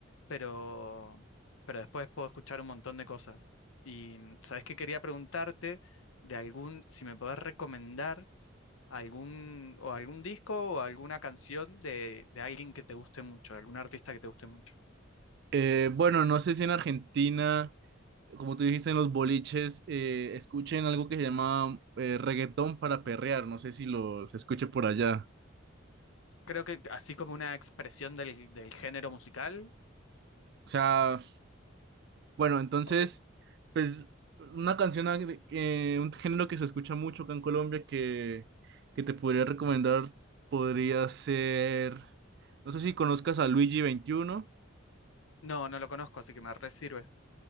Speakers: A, on the left; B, on the right.
A: pero, pero después puedo escuchar un montón de cosas. Y mm, sabes que quería preguntarte de algún, si me podés recomendar algún, o algún disco o alguna canción de, de alguien que te guste mucho, de algún artista que te guste mucho.
B: Eh, bueno, no sé si en Argentina, como tú dijiste en los boliches, eh, escuchen algo que se llama eh, reggaetón para perrear. No sé si lo se escuche por allá.
A: Creo que así como una expresión del, del género musical.
B: O sea, Bueno, entonces,
A: o que-
B: pues una canción, a- de- eh, un género que se escucha mucho acá en Colombia que, que te podría recomendar podría ser, no sé si conozcas a Luigi veintiuno
A: No, no lo conozco, así que me re sirve.